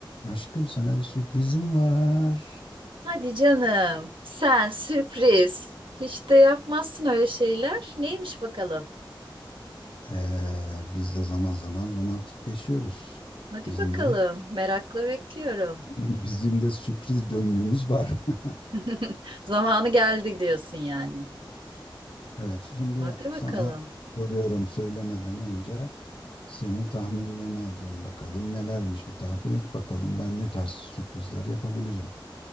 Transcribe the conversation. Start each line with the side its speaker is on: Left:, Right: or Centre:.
Left: Aşkım sana bir sürprizim var.
Right: Hadi canım. Sen sürpriz. Hiç de yapmazsın öyle şeyler. Neymiş bakalım?
Left: Ee, biz de zaman zaman romantikleşiyoruz.
Right: Hadi
Left: Bizim
Right: bakalım.
Left: de
Right: Merakla bekliyorum.
Left: <laughs> bizim de sürpriz döngümüz var. <laughs>
Right: <laughs> Zamanı geldi diyorsun yani.
Left: Evet, şimdi
Right: Hadi bakalım.
Left: sana soruyorum söylemeden önce senin tahminlerini alacağım. Bakalım nelermiş bir tahmin et bakalım ben ne tarz sürprizler yapabilirim.